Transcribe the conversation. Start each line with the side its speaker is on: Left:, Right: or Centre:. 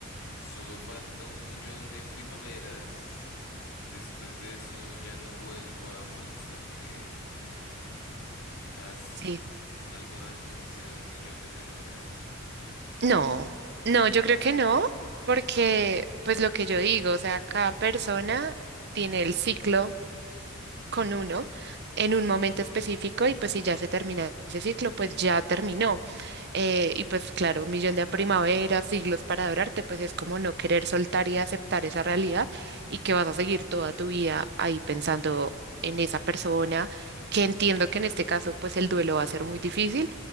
Left: Solo falta un millón de primaveras. Después de eso ya no vuelvo a molestarte. Has
Right: Sí.
Left: ¿Alguna vez presenciado un millón de primaveras?
Right: No, no, yo creo que no, porque pues lo que yo digo, o sea, cada persona tiene el ciclo. con uno en un momento específico y pues si ya se termina ese ciclo, pues ya terminó. Eh, y pues claro, un millón de primaveras, siglos para adorarte, pues es como no querer soltar y aceptar esa realidad y que vas a seguir toda tu vida ahí pensando en esa persona, que entiendo que en este caso pues el duelo va a ser muy difícil,